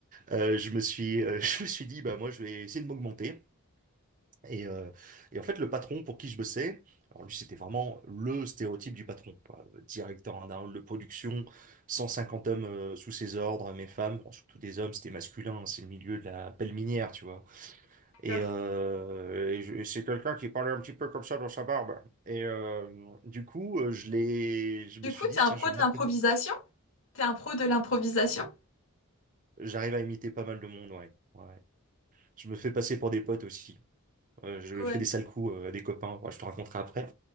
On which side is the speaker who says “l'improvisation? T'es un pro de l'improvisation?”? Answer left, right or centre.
Left